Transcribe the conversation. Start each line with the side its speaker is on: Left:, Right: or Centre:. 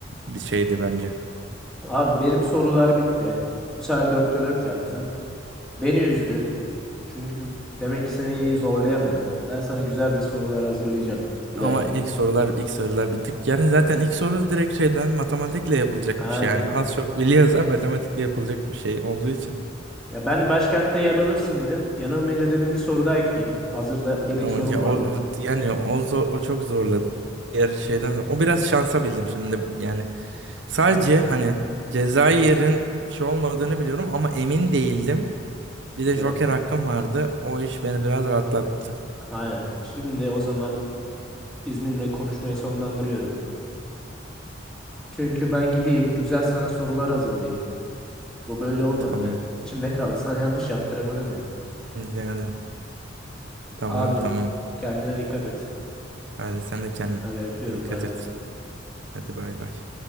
Right: bir şeydi bence.
Centre: Abi benim sorular bitti. Bu sefer dörtte 4 yaptın. Beni üzdün. Çünkü demek ki seni iyi zorlayamadım. Ben sana güzel bir sorular hazırlayacağım bir
Right: Ama
Centre: dahaki.
Right: ilk sorular ilk sorular bir tık yani zaten ilk soru direkt şeyden matematikle yapılacak
Centre: Aynen.
Right: bir şey yani az çok biliyoruz ama <laughs> matematikle yapılacak bir şey olduğu için
Centre: Ya ben başkentte yanılırsın dedim. Yanılmayınca dedim bir soru daha ekleyeyim. Hazırda yedek
Right: ama
Centre: sorum
Right: ya,
Centre: vardı.
Right: o, o- yani o, zo- o çok zorladı diğer şeyden o biraz şansa bildim şimdi yani sadece
Centre: Evet.
Right: hani Cezayir'in şey olmadığını biliyorum ama emin değildim bir de
Centre: Evet.
Right: Joker hakkım vardı o iş beni biraz rahatlattı
Centre: Aynen. Şimdi o zaman izninle konuşmayı sonlandırıyorum. Çünkü ben gideyim güzel sana sorular hazırlayayım. Bu böyle olmadı.
Right: tamam
Centre: Ben içimde kaldı. <laughs> Sana yanlış yaptıramadım ya.
Right: yani tamam
Centre: Abi
Right: tamam
Centre: kendine dikkat et.
Right: hadi sen de kendine
Centre: Hadi öpüyorum
Right: dikkat
Centre: bay bay.
Right: et hadi bay bay